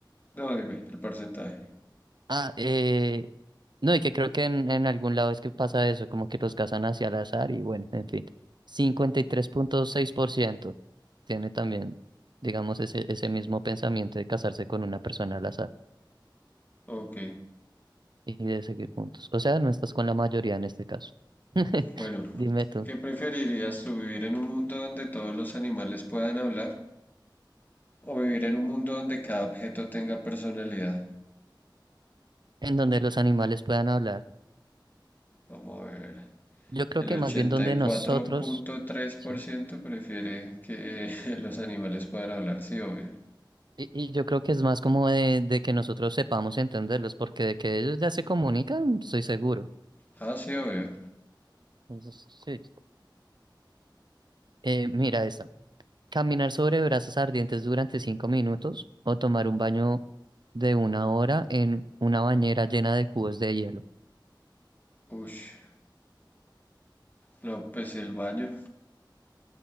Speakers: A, on the left (about 20°); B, on the right (about 65°).
A: no, dime, el porcentaje.
B: Ah, eh, no, y que creo que en, en algún lado es que pasa eso, como que los casan hacia al azar y bueno, en fin. cincuenta y tres punto seis por ciento tiene también, digamos, ese, ese mismo pensamiento de casarse con una persona al azar
A: Ok,
B: y de seguir juntos. O sea, no estás con la mayoría en este caso. <laughs>
A: bueno,
B: Dime tú,
A: ¿qué preferirías tú, vivir en un mundo donde todos los animales puedan hablar o vivir en un mundo donde cada objeto tenga personalidad?
B: en donde los animales puedan hablar.
A: Vamos a ver.
B: Yo creo
A: El
B: que
A: ochenta
B: más bien donde
A: y
B: nosotros,
A: cuatro punto tres por
B: sí.
A: ciento prefiere que <laughs> los animales puedan hablar, sí, obvio.
B: Y, y yo creo que es más como de, de que nosotros sepamos entenderlos, porque de que ellos ya se comunican, estoy seguro.
A: Ah, sí, obvio.
B: Entonces, sí. Eh, mira esta. Caminar sobre brasas ardientes durante cinco minutos o tomar un baño de una hora en una bañera llena de cubos de hielo.
A: Ush, no, pues el baño.